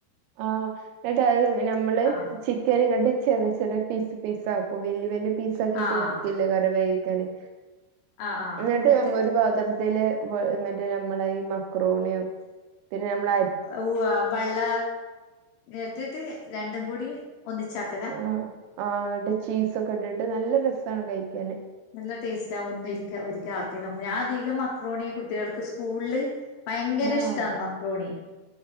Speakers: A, on the right (about 80°); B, on the left (about 75°).
A: ആഹ് ന്ന്ട്ടത് ഞമ്മള്
B: ആഹ്
A: ചിക് ക്കന്ങ്ങട്ട്, ചെറിയ, ചെറിയ, പീസ്, പീസാക്കും, വെല്യ വെല്യ, പീസാക്കിട്ട്,
B: ആഹ് ആഹ്
A: വെക്കില്ലേയ്ക്കാരം, വേവിക്കാന്.
B: ആഹ് ആഹ്
A: ന്നിട്ട്
B: എന്നിട്ട്
A: ഞമ്മ, ഒരു പാത്രത്തില് പേ, എന്നിറ്റ്, നമ്മളയീ, മക്രോണിയും, പിന്നെ, നമ്മള
B: ഉവാ, വെള്ള ർത്തിട്ട്, രണ്ടും, കൂടി, ഒന്നിച്ചാക്കല?
A: ആഹ് ആഹ്, അങ്ങട്ട് ചീസക്കെട്ടിട്ട്, നല്ല രസണ്, കയ്ക്കാൻ.
B: നല്ല, ടേസ്റ്റാ, ഒന്നൊരിക്ക, ഒരിക്ക, ആക്കി, നോക്ക ഞാധികം മക്രോണിയ, കുട്ടികൾക്ക്, സ്കൂൾല് ഭയങ്കരഷ്ടാണ്,
A: ആഹ്
B: മക്രോണി,